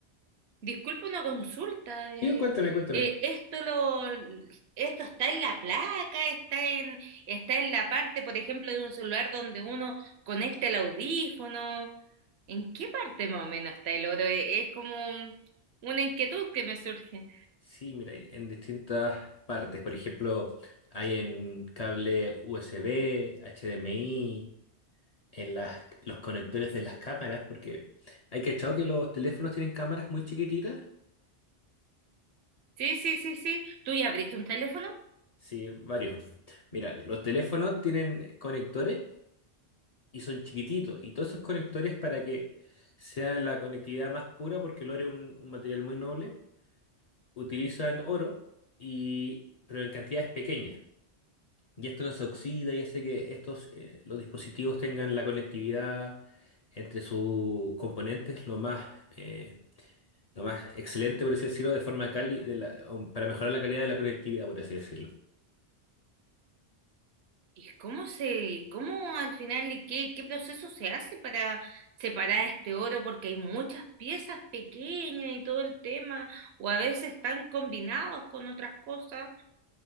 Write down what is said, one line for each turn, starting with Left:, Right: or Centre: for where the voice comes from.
Right: Disculpa una consulta. eh,
Left: Sí, cuéntame, cuéntame.
Right: eh, esto lo, esto está en la placa, está en, está en la parte, por ejemplo, de un celular donde uno conecta el audífono. ¿En qué parte más o menos está el oro? Eh, Es como un- una inquietud que me surge.
Left: Sí, mira, hay en distintas partes. Por ejemplo, hay en cable USB, HDMI, en las, los conectores de las cámaras, porque hay cachado que los teléfonos tienen cámaras muy chiquititas
Right: Sí, sí, sí, sí. ¿Tú ya abriste un teléfono?
Left: Sí, varios. Mira, los teléfonos tienen conectores y son chiquititos. Y todos esos conectores para que sea la conectividad más pura, porque el oro es un, un material muy noble, utilizan oro, y, pero en cantidades pequeñas. Y esto no se oxida y hace que estos, eh, los dispositivos tengan la conectividad entre sus componentes lo más, eh, lo más excelente, por así decirlo, de forma cali de la- um, para mejorar la calidad de la conectividad, por así decirlo.
Right: ¿Y cómo se, y cómo al final y qué, qué proceso se hace para separar este oro? Porque hay muchas piezas pequeñas y todo el tema, o a veces están combinados con otras cosas